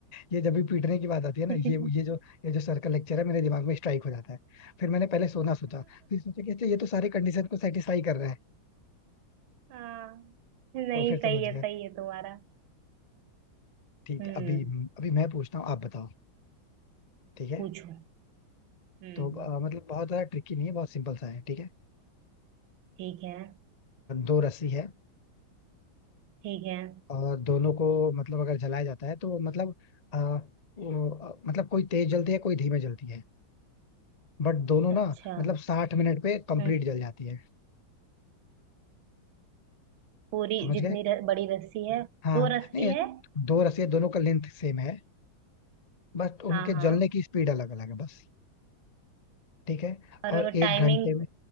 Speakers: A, on the left (about 35°); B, on the right (about 80°).
A: ये जब भी पीटने की बात आती है ना
B: <laughs>
A: ये ये जो ये जो सर्कल लेक्चर है मेरे दिमाग में स्ट्राइक हो जाता है फिर मैंने पहले सोना सोचा फिर सोचा कि अच्छा ये तो सारे कंडीशन को सेटिस्फाई कर रहा है
B: हाँ नहीं
A: तो फिर समझ
B: सही है
A: गया
B: सही है तुम्हारा
A: ठीक
B: हम्म
A: है अभी अभी मैं पूछता हूँ आप बताओ ठीक है
B: पूछो हम्म
A: तो अ,
B: हम्म,
A: मतलब बहुत ज्यादा ट्रिकी नहीं है बहुत सिंपल सा है ठीक है
B: ठीक है
A: दो रस्सी है
B: ठीक है
A: और दोनों को मतलब अगर जलाया जाता है तो मतलब आ, वो, अ, मतलब कोई तेज जलती है कोई धीमे जलती है बट दोनों ना
B: अच्छा
A: मतलब साठ मिनट पे कंप्लीट
B: हम्म
A: जल जाती है
B: पूरी
A: समझ
B: जितनी
A: गए
B: र, बड़ी रस्सी है
A: हाँ
B: दो रस्सी
A: नहीं
B: है
A: दो रस्सी है दोनों का लेंथ सेम है बट
B: हाँ
A: उनके
B: हाँ
A: जलने की स्पीड अलग अलग है बस ठीक है
B: और
A: और
B: टाइमिंग
A: एक घंटे में